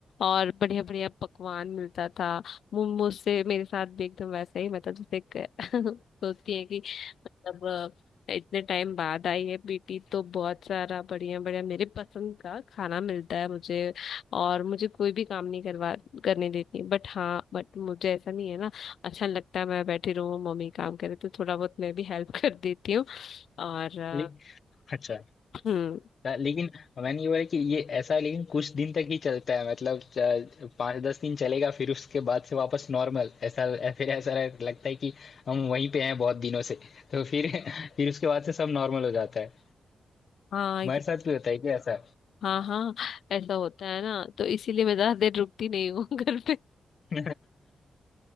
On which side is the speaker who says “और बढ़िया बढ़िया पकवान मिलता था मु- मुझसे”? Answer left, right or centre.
Left